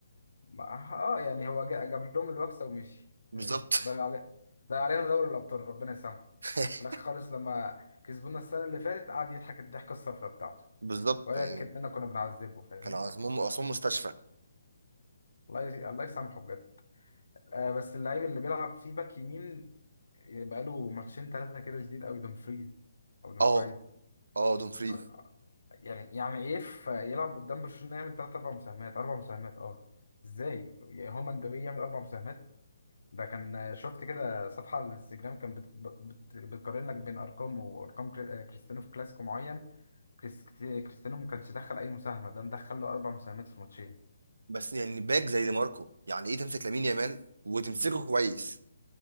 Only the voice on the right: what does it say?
بالظبط
<laughs>
بالظبط
يعني
كان عثمان عثمان مستشفى
اه اه دومفري
بس يعني باك زي دي ماركو يعني ايه تمسك لامين يامال وتمسكه كويس